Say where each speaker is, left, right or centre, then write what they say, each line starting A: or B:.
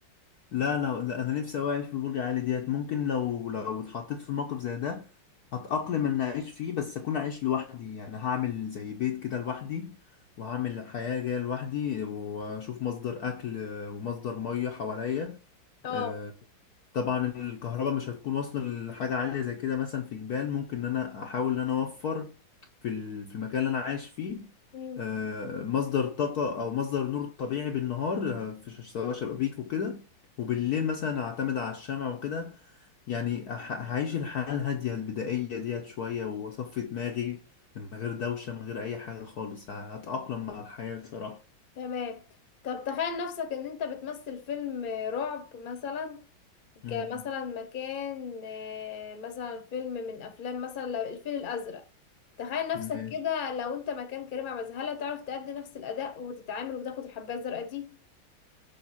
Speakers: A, on the left; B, on the left.
A: لا لا لا، أنا نفسي أوي أعيش في برج عالي ديت ممكن لو لو اتحطيت في موقف زي ده هتأقلم إن أعيش فيه بس أكون عايش لوحدي يعني هعمل زي بيت كده لوحدي وهعمل حياة جاية لوحدي وأشوف مصدر أكل ومصدر مية حواليا
B: اه
A: آه، طبعا الكهرباء مش هتكون واصلة لحاجة عالية زي كده مثلا في جبال ممكن ان انا احاول ان انا اوفر في ال- في المكان اللي انا عايش فيه
B: مم،
A: آه، مصدر طاقة او مصدر نور طبيعي بالنهار آه، في ش- سواء شبابيك وكده وبالليل مثلا اعتمد على الشمع وكده يعني أح- هعيش الحياة الهادية البدائية ديت شوية واصفي دماغي من غير دوشة من غير اي حاجة خالص هتأقلم مع الحياة صراحة
B: تمام طب تخيل نفسك ان انت بتمثل فيلم رعب مثلا
A: مم.
B: كمثلا مكان آه، مثلا فيلم من افلام مثلا لو الفيل الازرق تخيل نفسك
A: ماشي
B: كده لو انت مكان كريم عبد العزيز هل هتعرف تأدي نفس الاداء وتتعامل وتاخد الحبايه الزرقاء دي